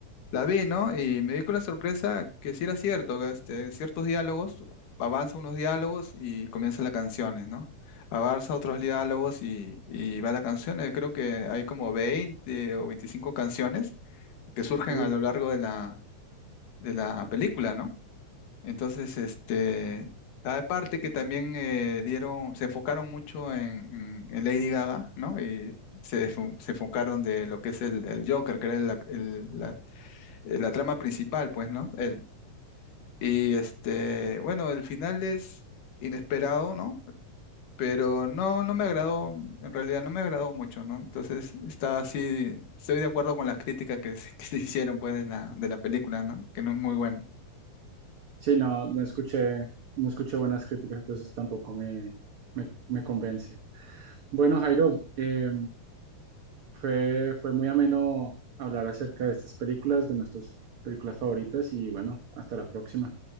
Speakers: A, on the left; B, on the right.
A: la vi, ¿no? Y me di con la sorpresa que sí era cierto, que, este, ciertos diálogos, avanza unos diálogos y comienzan las canciones, ¿no? Avanza otros diálogos y, y va la canción. Eh, Creo que hay como 20 o 25 canciones que surgen
B: Sí,
A: a lo largo de la de la película, ¿no? Entonces, este, aparte que también eh, dieron, se enfocaron mucho en, en- en Lady Gaga, ¿no? Y se, enfo- se enfocaron de lo que es el, el Joker, que era la, el- la- eh, la trama principal, pues, ¿no? Él. Y este, bueno, el final es inesperado, ¿no? Pero no, no me agradó, en realidad no me agradó mucho, ¿no? Entonces estaba así, estoy de acuerdo con las críticas que se, <laughs> que se hicieron, pues, de la, de la película, ¿no? Que no es muy buena.
B: Sí, no, no escuché, no escuché buenas críticas, entonces tampoco me, me, me convence. Bueno, Jairo, eh, fue, fue muy ameno hablar acerca de estas películas, de nuestras películas favoritas y bueno, hasta la próxima.